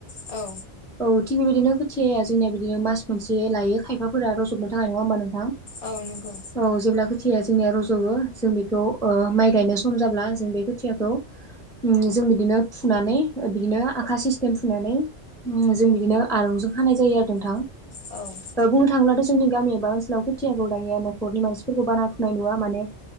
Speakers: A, on the left; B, in the centre.
A: औ
B: औ थिग बेबायदिनो खोथिया जोंनिया बिदिनो मास मोनसे लायो खायफाफोरा रजबनो थाखाय नङा ओमबा नोंथां?
A: औ नंगौ।
B: औ जेब्ला खोथिया जोंनिया रज'बो जों बेखौ ओ माइ गायनो सम जाब्ला जों बे खोथियाखौ उम जों बिदिनो फुनानै बिदिनो आखा सिस्टेम फुनानै जों बिदिनो आरंजों खानाय जायो आरो नोंथां।
A: औ
B: ओ बुंनो थाङोब्लाथ' जोंनि गामि एबा ओनसोलाव खोथियाखौ दायो नखरनि मानसिफोरखौ बारा फुनाय नुवा माने